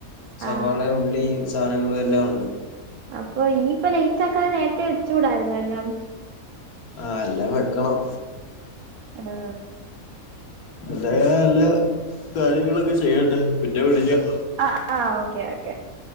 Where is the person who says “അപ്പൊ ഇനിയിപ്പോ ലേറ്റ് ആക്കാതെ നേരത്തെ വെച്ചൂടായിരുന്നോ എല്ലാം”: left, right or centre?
Right